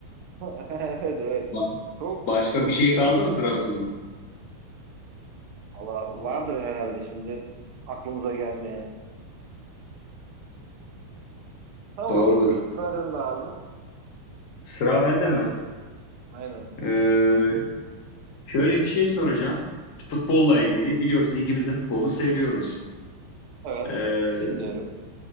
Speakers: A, on the right (about 45°); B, on the left (about 40°).
A: <laughs> Evet evet.
B: Ba-
A: Çok
B: başka
A: hoş
B: bir şey
A: bir soru.
B: kaldı mı Trabzon'un?
A: Valla vardır herhalde şimdi aklımıza gelmeyen. Tamam,
B: Doğrudur.
A: sıra sende abi.
B: Sıra bende mi?
A: Aynen.
B: Ee, şöyle bir şey soracağım. Futbolla ilgili biliyorsun ikimiz de futbolu seviyoruz.
A: Evet,
B: Ee,
A: dinliyorum.